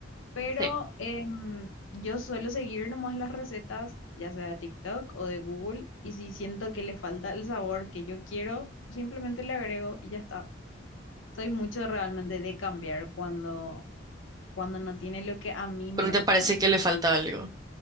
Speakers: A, on the left (about 80°); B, on the right (about 20°).
A: Pero
B: Sí.
A: em, yo suelo seguir nomás las recetas, ya sea de TikTok o de Google, y si siento que le falta el sabor que yo quiero, simplemente le agrego y ya está. Soy mucho realmente de cambiar cuando, cuando no tiene lo que a mí me
B: Pero no
A: gustan.
B: te parece que le falta algo.